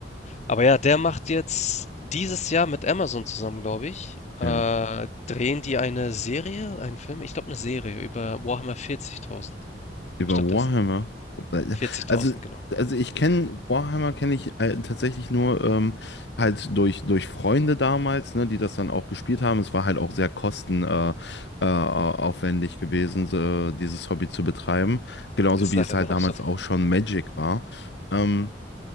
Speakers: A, on the left (about 40°); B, on the left (about 70°).
A: Aber ja, der macht jetzt dieses Jahr mit Amazon zusammen, glaube ich, äh,
B: Ja.
A: drehen die eine Serie, einen Film, ich glaube eine Serie über Warhammer 40.000
B: Über
A: stattdessen.
B: Warhammer.
A: 40.000,
B: Also,
A: genau.
B: also ich kenne Warhammer kenne ich äh, tatsächlich nur ähm, halt durch, durch Freunde damals, ne, die das dann auch gespielt haben. Es war halt auch sehr kosten äh, äh, aufwendig gewesen, so, dieses Hobby zu betreiben. Genauso
A: Ist
B: wie
A: leider
B: es halt
A: immer noch
B: damals
A: so.
B: auch schon Magic war. Ähm,